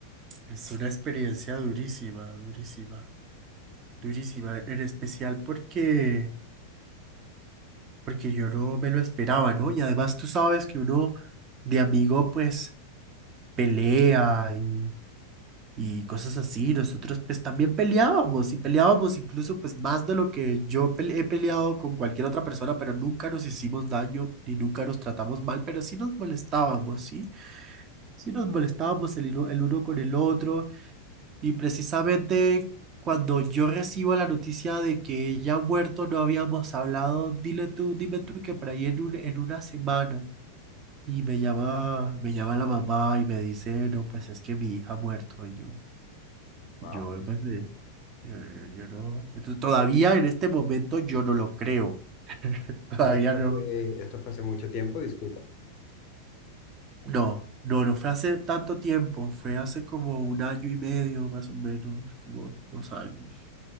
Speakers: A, on the right (about 30°); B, on the left (about 40°).
A: es una experiencia durísima, durísima. Durísima, en especial porque, porque yo no me lo esperaba, ¿no? Y además tú sabes que uno de amigo pues pelea y, y cosas así. Nosotros pues también peleábamos y peleábamos incluso pues más de lo que yo pele- he peleado con cualquier otra persona, pero nunca nos hicimos daño ni nunca nos tratamos mal, pero sí nos molestábamos, ¿sí? Sí nos molestábamos el, uno- el uno con el otro. Y precisamente cuando yo recibo la noticia de que ella ha muerto, no habíamos hablado, dile tú, dime tú que por ahí en, un- en una semana. Y me llama, me llama la mamá y me dice, no, pues es que mi hija ha muerto. Y yo,
B: Wow.
A: yo, pues, eh, yo, yo- yo no. Entonces, todavía en este momento yo no lo creo. <laughs> Todavía
B: Y esto
A: no.
B: fue, esto fue hace mucho tiempo, disculpa.
A: No, no, no fue hace tanto tiempo. Fue hace como un año y medio, más o menos, como dos años.